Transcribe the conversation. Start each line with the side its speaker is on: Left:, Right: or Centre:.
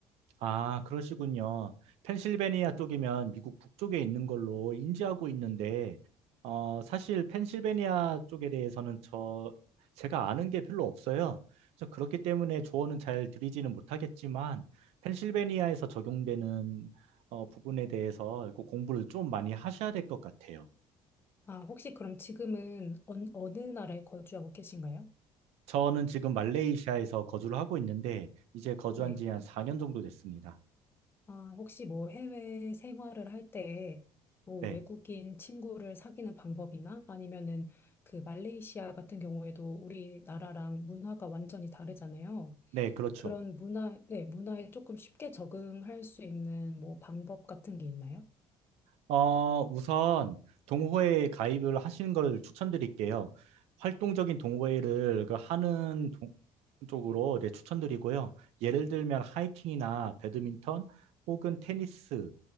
Right: 아, 그러시군요. 펜실베니아 쪽이면 미국 북쪽에 있는 걸로 인지하고 있는데, 어, 사실 펜실베니아 쪽에 대해서는 저, 제가 아는 게 별로 없어요. 그래서 그렇기 때문에 조언은 잘 드리지는 못하겠지만, 펜실베니아에서 적용되는 어, 부분에 대해서 그 공부를 좀 많이 하셔야 될 것 같아요.
Left: 아, 혹시 그럼 지금은 어, 어느 나라에 거주하고 계신가요?
Right: 저는 지금 말레이시아에서 거주를 하고 있는데, 이제 거주한
Left: 네.
Right: 지 한 4년 정도 됐습니다.
Left: 아, 혹시 뭐 해외 생활을 할 때 뭐
Right: 네,
Left: 외국인 친구를 사귀는 방법이나 아니면은 그 말레이시아 같은 경우에도 우리나라랑 문화가 완전히 다르잖아요.
Right: 네, 그렇죠.
Left: 그런 문화, 네, 문화에 조금 쉽게 적응할 수 있는 뭐 방법 같은 게 있나요?
Right: 어, 우선 동호회에 가입을 하시는 걸 추천드릴게요. 활동적인 동호회를 그 하는 동- 쪽으로 네, 추천드리고요. 예를 들면 하이킹이나 배드민턴 혹은 테니스